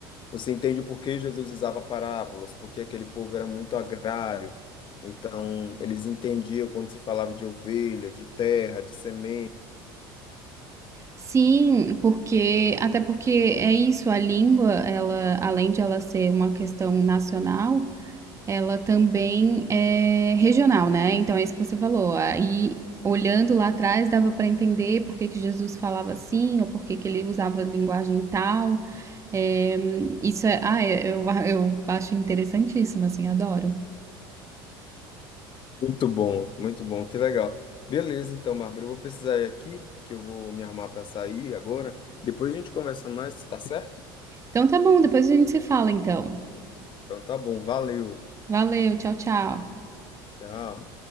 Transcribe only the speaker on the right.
Sim, porque até porque é isso, a língua, ela, além de ela ser uma questão nacional, ela também é regional, né? Então é isso que você falou. Aí, olhando lá atrás, dava para entender por que, que Jesus falava assim, ou por que, que ele usava linguagem tal. É, isso é, ah, é- eu, <laughs> eu acho interessantíssimo, assim, adoro.
Então tá bom, depois a gente se fala, então.
Valeu, tchau, tchau.